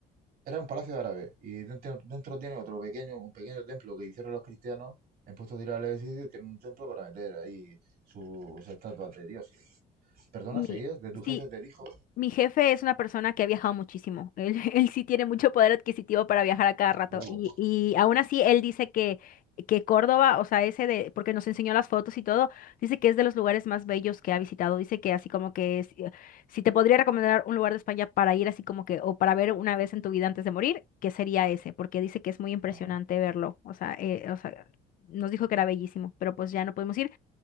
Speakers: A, on the right; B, on the left.
A: era un palacio árabe y dentro, dentro tiene otro pequeño, un pequeño templo que hicieron los cristianos en puestos de ir al edificio, tienen un templo para meter ahí sus estatuas de dioses. Perdona,
B: mi,
A: ¿seguías? De tu jefe
B: sí,
A: te dijo.
B: Mi jefe es una persona que ha viajado muchísimo. Él, <laughs> él sí tiene mucho poder adquisitivo para viajar a cada rato.
A: Uh,
B: Y, y aún así, él dice que, que Córdoba, o sea, ese de, porque nos enseñó las fotos y todo, dice que es de los lugares más bellos que ha visitado. Dice que así como que es, eh, si te podría recomendar un lugar de España para ir así como que, o para ver una vez en tu vida antes de morir, que sería ese, porque dice que es muy impresionante
A: ajá.
B: verlo. O sea, eh, o sea, nos dijo que era bellísimo, pero pues ya no pudimos ir.